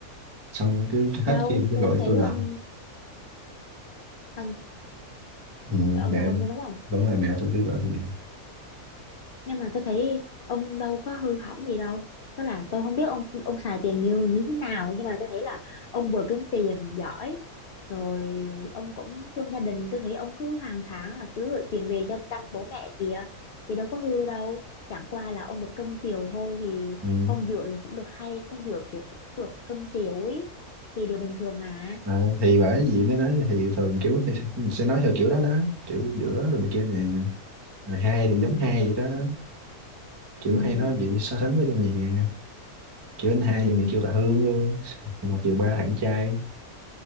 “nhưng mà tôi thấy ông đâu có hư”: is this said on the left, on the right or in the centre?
Left